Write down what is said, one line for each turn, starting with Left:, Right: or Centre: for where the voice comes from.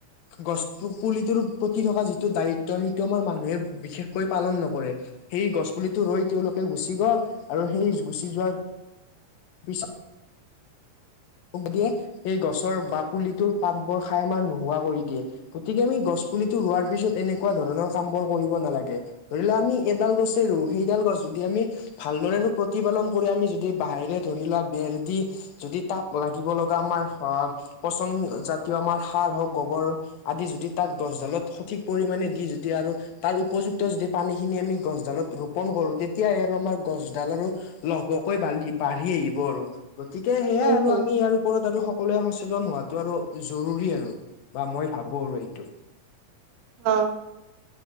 Left: গছ পুলিটোৰ প্ৰতি থকা যিটো দায়িত্ব সেইটো আমাৰ মানুহে বিশেষকৈ পালন নকৰে। সেই গছ পুলিটো ৰুই তেওঁলোকে গুচি গ'ল আৰু সেই গুচি যোৱাৰ পিছত <unintelligible> সেই গছৰ বা পুলিটোৰ পাত বোৰ খাই আমাৰ নোহোৱা কৰি দিয়ে। গতিকে আমি গছ পুলিটো ৰোৱাৰ পিছত এনেকুৱা ধৰণৰ কাম বোৰ কৰিব নালাগে ধৰি লোৱা আমি এডাল গছে ৰুওঁ সেইডাল গছ যদি আমি ভালদৰে প্ৰতিপালন কৰি আমি যদি বাহিৰে ধৰি লোৱা ভেন্দি যদি তাক লাগিব লগা আমাৰ আহ পছন্দ জাতীয় আমাৰ সাৰ হওঁক গোবৰ আদি যদি তাত গছডালত সঠিক পৰিমাণে দি যদি আৰু তাৰ উপযুক্ত যদি পানীখিনি আমি গছডালত ৰোপন কৰো তেতিয়ে আৰু আমাৰ গছডাল আৰু লহপহকৈ বালি বাঢ়ি আহিব আৰু গতিকে সেয়াই
Right: হুম
Left: আৰু
Right: হুম
Left: আমি ইয়াৰ ওপৰত আৰু সকলোৱে সচেতন হোৱাটো আৰু জৰুৰী আৰু বা মই ভাবো আৰু এইটো।
Right: অঁ।